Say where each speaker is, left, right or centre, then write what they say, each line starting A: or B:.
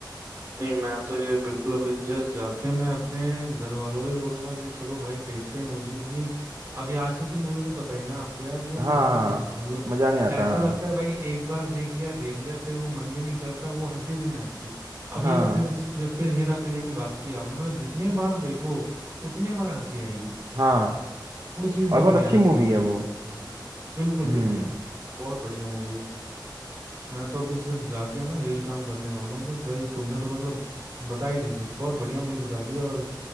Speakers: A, on the right (about 35°); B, on the right (about 55°).
A: नहीं मैं तो ये बिल्कुल अभी जस्ट जाके मैं अपने घर वालों को ही बोलूंगा कि चलो भाई देखते हैं मूवी क्योंकि अभी आजकल की मूवी तो पता ही ना आपको यार वो
B: हाँ
A: मजा
B: हाँ
A: नहीं आता मतलब
B: मज़ा नहीं आता
A: ऐसा
B: हाँ
A: लगता है भाई एक बार देख लिया देख लिया फिर वो मन भी नहीं करता वो हंसी भी नहीं आती अभी
B: हाँ
A: अभी फिर फिर, फिर हेरा फेरी की बात की आपने मतलब जितने बार देखो उतने बार हंसी आएगी
B: हाँ
A: वो चीज बहुत
B: और बहुत
A: बढ़िया
B: अच्छी
A: लगती
B: मूवी
A: है मुझे
B: है वो
A: मूवी की बिल्कुल
B: हम्म
A: बिल्कुल बहुत बढ़िया मूवी है मैं तो अभी जस्ट जाके ना यही काम करने वाला हूँ बस भाई तुमने तो मतलब बता ही दी मुझे बहुत बढ़िया मूवी बता दी और